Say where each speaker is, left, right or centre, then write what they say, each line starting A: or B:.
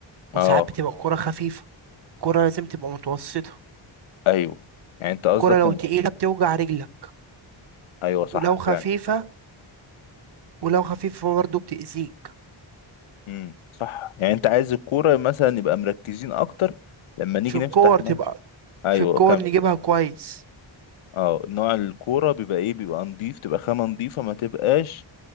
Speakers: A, on the right; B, on the left.
A: وساعات
B: اه
A: بتبقى الكوره خفيفه الكوره لازم تبقى متوسطه
B: ايوه يعني انت قصدك
A: الكوره لو
B: إن-
A: تقيله بتوجع رجلك
B: ايوه صح
A: ولو خفيفه
B: فعلا
A: ولو خفيفه برضه بتأذيك
B: امم صح يعني انت عايز الكورة مثلا نبقى مركزين اكتر لما نيجي
A: في الكور
B: نفتح ملعب
A: تبقى
B: ايوه
A: في الكور
B: كمل
A: نجيبها كويس
B: اه نوع الكورة بيبقى ايه بيبقى نضيف تبقى خامة نضيفة ما تبقاش